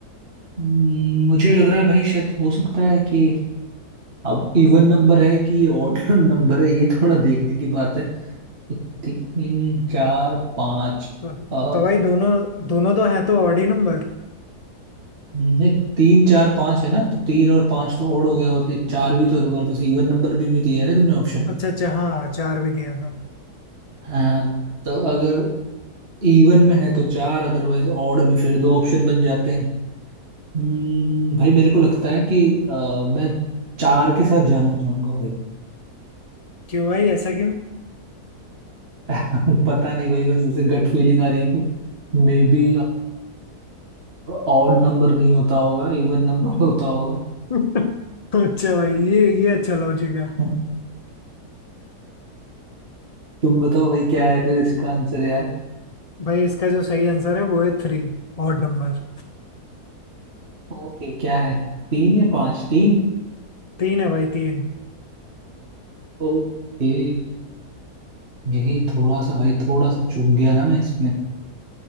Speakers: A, on the right; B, on the left.
A: हम्म, मुझे लग रहा है भाई शायद हो सकता है कि अब इवन नंबर है कि ये ऑड नंबर <laughs> है ये थोड़ा देखने की बात है तीन चार पाँच
B: तो,
A: अ
B: तो भाई दोनों दोनों तो है तो ऑड ही नंबर
A: नहीं तीन चार पाँच है ना तो तीन और पाँच तो ओड हो गया और एक चार भी तो है तुम्हारे पास इवन नंबर भी, भी दिया है ना तुमने ऑप्शन
B: अच्छा अच्छा हाँ हाँ, चार भी दिया था
A: हाँ तो अगर इवन में है तो चार अदरवाइज ऑड में फिर दो ऑप्शन बन जाते हैं हम्म, भाई मेरे को लगता है कि अ, मैं चार के साथ जाना चाहूंगा भाई
B: क्यों भाई ऐसा क्यों
A: <laughs> पता नहीं भाई बस ऐसे गट फीलिंग आ रही है कि मे बी ऑड नंबर नहीं होता होगा इवन नंबर <laughs> होता होगा
B: <laughs> अच्छा भाई ये ये अच्छा लॉजिक है
A: <laughs> तुम बताओ भाई क्या है फिर इसका आंसर यार
B: भाई इसका जो सही आंसर है वो है थ्री Odd number
A: ओके क्या है तीन या पांच तीन
B: तीन है भाई तीन
A: ओके यही थोड़ा सा भाई थोड़ा सा चूक गया ना मैं इसमें